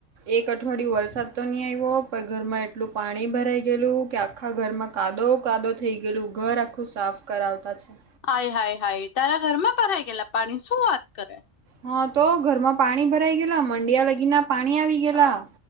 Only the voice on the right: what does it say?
એક અઠવાડિયું વરસાદ તો નહીં આવ્યો પણ ઘરમાં એટલું પાણી ભરાઈ ગયેલું ક્યા આખ. આખા ઘરમાં કાદવ કાદવ થઈ ગયેલું ઘર આખું સાફ કરાવતા છે.
હા તો ઘરમાં પાણી ભરાઈ ગયલા મંડિયા લગીના પાણી આવી ગયેલા.